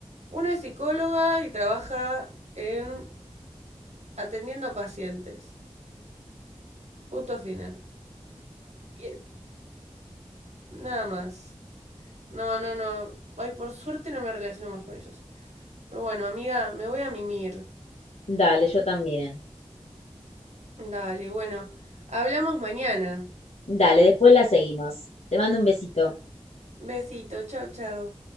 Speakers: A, on the right; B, on the left.
A: Una es psicóloga y trabaja en Atendiendo a pacientes. Punto final. Y es- nada más. No, no, no. Ay, por suerte no me relaciono más con ellos. Pero bueno, amiga, me voy a mimir.
B: Dale, yo también.
A: Dale, bueno. Hablamos mañana.
B: Dale, después la seguimos. Te mando un besito.
A: Besito, chao, chao.